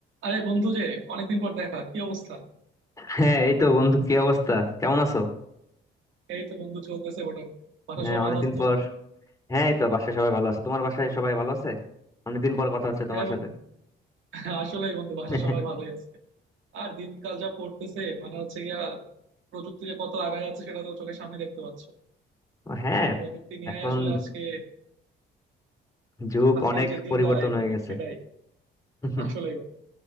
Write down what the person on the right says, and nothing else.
আরে বন্ধু যে অনেকদিন পর দেখা কি অবস্থা
এই তো বন্ধু চলতেছে মোটামুটি বাসার
সবাই
ভালো আছে তোমার
হ্যাঁ বন্ধু
<laughs> আসলেই বন্ধু বাসার
সবাই ভালোই আছে আর দিনকাল যা পড়তেছে মানে হচ্ছে গিয়া প্রযুক্তি যে কত আগায় যাচ্ছে সেটা তো চোখের সামনে দেখতে পাচ্ছ
প্রযুক্তি নিয়েই
আসলে আজকে
আজকের
যে দিনটা
এখানে
সেটাই
আসলেই বন্ধু